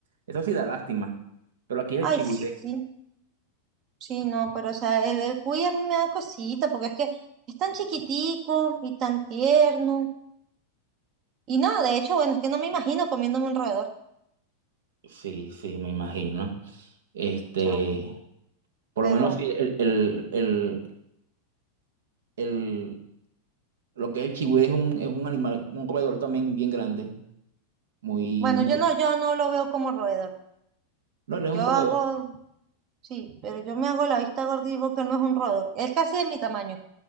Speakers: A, on the right; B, on the right.
A: Eso sí da lástima. Pero aquí es
B: Ay,
A: el chigüire.
B: sí, sí, no, pero o sea, el, el cuy a mí me da cosita, porque es que es tan chiquitico y tan tierno. Y nada, de hecho, bueno, es que no me imagino comiéndome un roedor,
A: Sí, sí, me imagino. Este,
B: o sea,
A: por
B: pero
A: lo menos sí, el, el, el, el- lo que es el chigüire es un, es un animal, un roedor también bien grande. Muy,
B: bueno,
A: muy,
B: yo no, yo no lo veo como roedor.
A: no, él es un
B: Yo hago
A: roedor.
B: Sí, pero yo me hago la vista gorda y digo que él no es un roedor. Él casi de mi tamaño.